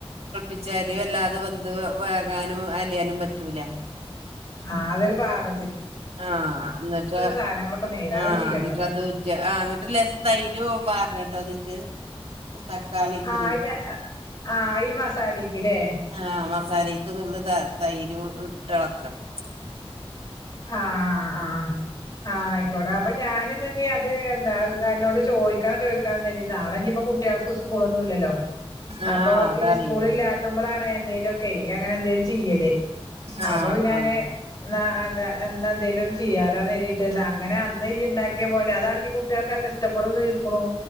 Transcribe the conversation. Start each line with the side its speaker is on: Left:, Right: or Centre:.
Right: ച്ചരി വല്ലാതെ വന്ത് വേകാനും അലിയാനും പറ്റൂല
Left: ആഹ് അതൊരു പാക
Right: ആഹ് അന്നിട്ട്
Left: സാധനങ്ങളൊക്കെ നേരാവും
Right: ആഹ്
Left: ചെയ്യാട്ടോ
Right: അന്നിട്ട് അത് ഉറ്റിയ ആ അങ്ങിട്ട് ലേസം തൈരും ഓ വാറനട്ടോ അത്ക്ക് തക്കാളിക്കുടി
Left: ആ അത് ആ ഈ മസാലേക്കില്ലേ
Right: ആ മസാലക്ക്‌ തുള്ള് താ തൈര് <unintelligible> ഇട്ടളക്കണം
Left: ആഹ് ആഹ് ആഹ് ആയിക്കോടെ അപ്പൊ ഞാന് അത് തന്നെ അത് എന്താകാരനോട് ച് ചോയ്ക്ക് ക്കണം ചോദിക്കണം കരുതി നാളെ ഇനിപ്പൊ കുട്ടികൾക്ക് സ് സ്കൂളൊന്നും ഇല്ലല്ലോ
Right: ആ
Left: അപ്പോ
Right: അതാണ്
Left: ഈ സ്കൂളല്ലാത്തുമ്പോലാണെ എന്തെങ്കലുമൊക്കെ അങ്ങനെ എന്തേ ചെയ്യല്ലേ
Right: ആ
Left: അപ്പൊ പിന്നെ ഞാന്
Right: ആ
Left: ന്നാ അതെന്നാ എന്തേലും ചി ചെയാലോന്ന് നീരീ ണ്ട് ന്നാ അങ്ങനെ അന്ന് ഈ ഇണ്ടാക്കിയ പോലെ ലതാണെങ്കി കു ട്ടികൾക്കെല്ലാം ഇഷ്ടപെടും തെയ്തുക്കുണു